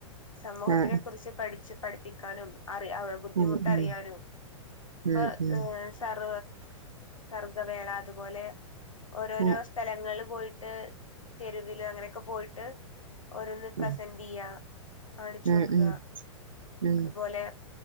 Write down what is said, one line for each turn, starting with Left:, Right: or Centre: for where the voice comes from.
Left: സമൂഹത്തിനെ
Right: ഉം
Left: കുറിച്ച് പഠിച്ചു പഠിപ്പിക്കാനും അറി ബുദ്ധിമുട്ട്
Right: ഉം ഉം
Left: അറിയാനു ഇപ്പ
Right: ഉം ഉം
Left: സർ സർഗ്ഗവേള അത്പോലെ ഓരോരോ
Right: ഉം
Left: സ്ഥലങ്ങൾല് പോയിട്ട് തെരുവില് അങ്ങനൊക്കെ പോയിട്ട് ഓരോന്ന് പ്രസന്റ്-
Right: ഉം
Left: ന്റെയ്യ കാണിച്ചു
Right: ഉം
Left: കൊടുക്ക
Right: ഉം ഉം
Left: അതുപോലെ